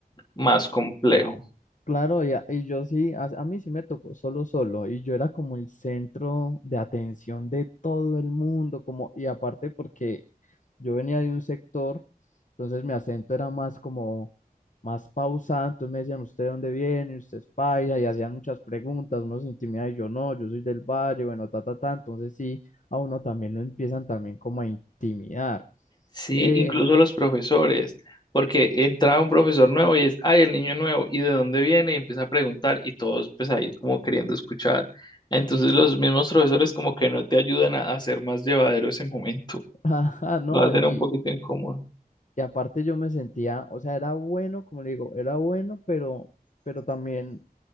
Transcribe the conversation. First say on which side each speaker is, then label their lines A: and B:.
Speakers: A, on the left; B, on the left.
A: más complejo.
B: Claro, y, a- y yo sí, a, a mí sí me tocó solo solo, y yo era como el centro de atención de todo el mundo, como, y aparte porque yo venía de un sector, entonces mi acento era más como, más pausado, entonces me decían, ¿usted de dónde viene? ¿Usted es paisa? Y hacían muchas preguntas, uno se intimida y yo no, yo soy del valle, bueno, ta, ta, ta, entonces sí, a uno también lo empiezan también como a intimidar.
A: Sí,
B: Eh,
A: incluso los profesores, porque entra un profesor nuevo y es, ay, el niño nuevo, ¿y de dónde viene? Y empieza a preguntar y todos pues ahí como queriendo escuchar. Entonces los mismos profesores como que no te ayudan a a hacer más llevadero ese momento,
B: <laughs> ajá, no,
A: lo hacen
B: y,
A: un poquito incómodo.
B: Y aparte yo me sentía, o sea, era bueno, como le digo, era bueno, pero, pero también